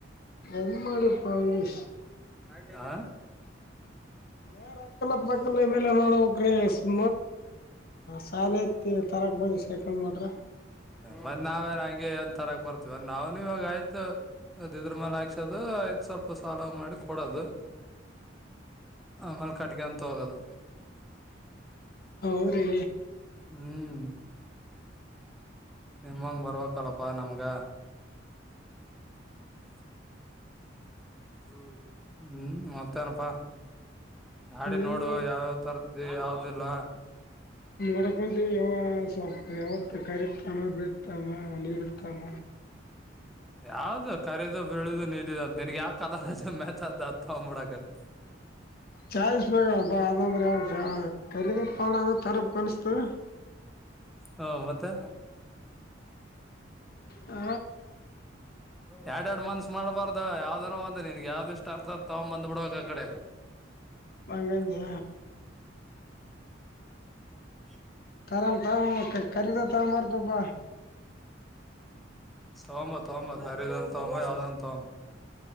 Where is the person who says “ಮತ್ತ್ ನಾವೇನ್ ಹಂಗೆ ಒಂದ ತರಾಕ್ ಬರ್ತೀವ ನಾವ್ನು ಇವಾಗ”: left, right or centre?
Centre